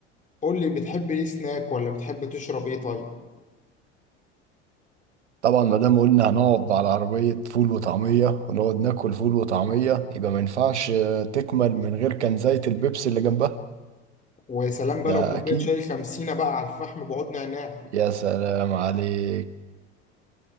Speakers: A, on the left; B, on the right.
A: قول لي بتحب ايه سناك ولا بتحب تشرب ايه طيب
B: طبعا ما دام قلنا هنقعد على عربية فول وطعمية ونقعد ناكل فول وطعمية يبقى ما ينفعش آه، تكمل من غير كان زيت البيبسي اللي جنبها
A: وسلام بقى
B: ده
A: لو كوبايه
B: اكيد
A: شاي خمسينة بقى على الفحم بعود نعناع
B: يا سلام عليك